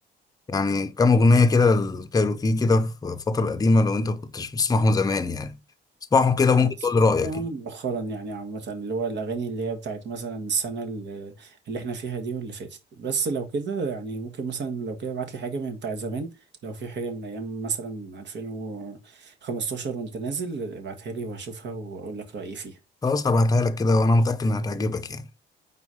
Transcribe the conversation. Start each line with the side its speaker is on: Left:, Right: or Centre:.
Left: يعني كام اغنية كده للكايروكي كده في الفترة القديمة لو انت ما كنتش بتسمعهم زمان يعني اسمعهم كده
Right: انا
Left: ممكن
Right: سمعتهم
Left: تقول لي رأيك
Right: مؤخرا يعني عامة اللي هو الأغاني اللي هي بتاعت مثلا السنة اللي, اللي احنا فيها دي واللي فاتت بس لو كده يعني ممكن مثلا لو كده ابعت لي حاجة من بتاع زمان لو في حاجة من أيام مثلا 2015 وأنت نازل ابعتها لي وهشوفها وأقول لك رأيي فيها
Left: خلاص هبعتها لك كده وانا متأكد انها هتعجبك يعني